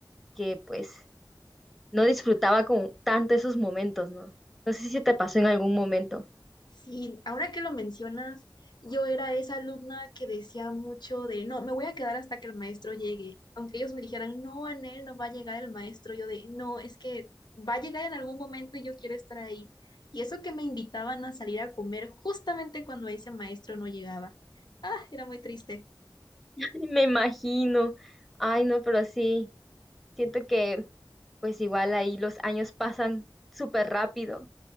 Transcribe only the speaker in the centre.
que pues no disfrutaba como tanto esos momentos, ¿no? No sé si te pasó en algún momento.
<laughs> Me imagino. Ay, no, pero sí, siento que pues igual ahí los años pasan súper rápido.